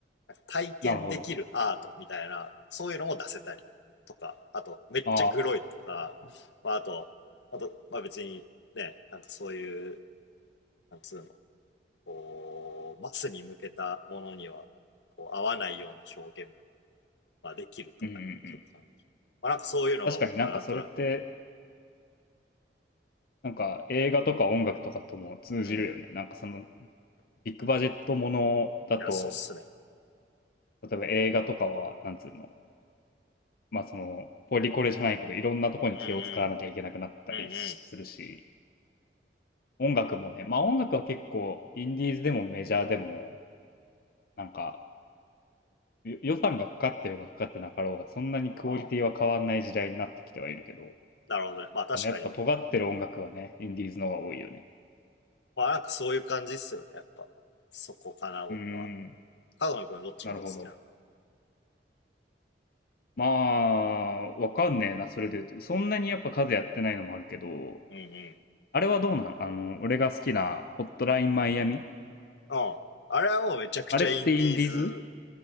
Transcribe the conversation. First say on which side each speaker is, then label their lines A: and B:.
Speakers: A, on the left; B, on the left.
A: 体験できるアートみたいな、
B: なるほど。
A: そういうのも出せたりとか、あと、めっちゃグロいとか、
B: ああ。
A: まあ、あと、あと、まあ別にね、なんかそういう、なんつうの、こう、マスに向けたものには、こう、合わないような表現も、まあ、できるとかね、
B: うんうんうん。
A: 極端に。まあなんかそういうのが僕はなんとなく、
B: 確かになんかそれって、なんか映画とか音楽とかとも通じるよね。
A: うん、い
B: なんかそのビッグバジェットものだと、
A: や、そうっすね。
B: 例えば映画とかは、なんつうの、まあその、ポリコレじゃないけど、いろんなとこに気を使わなきゃいけなくなったりするし、
A: うんうん、うんう
B: 音楽もね、まあ音楽は結構、インディーズでもメジャーでも、なんか、よ予算がかかってようがかかってなかろうが、そんなにクオリティは変わんない時代になってきてはいるけど、
A: ん、うん。なるほどね。まあ確かに。
B: そのやっぱ尖ってる音楽はね、インディーズの方が多いよね。
A: まあなんかそういう感じっすよね、やっぱ。そこかな、僕は。
B: うーん、
A: 角野くんはどっちの方が好きなの
B: なるほど。まあ、わかんねえな、それで言うと。そんなにやっぱ数やってないのもあるけど、
A: うんうん。
B: あれはどうなんあの、俺が好きなホットラインマイアミ
A: うん。あれはもうめちゃくちゃインディーズ、
B: あれってインディーズ